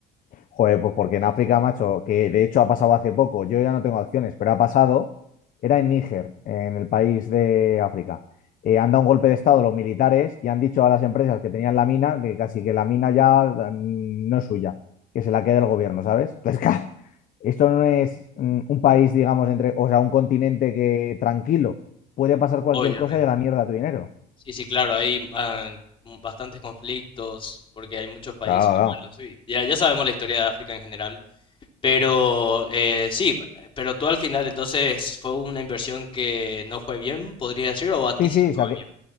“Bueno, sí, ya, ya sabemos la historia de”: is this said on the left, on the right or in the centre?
Left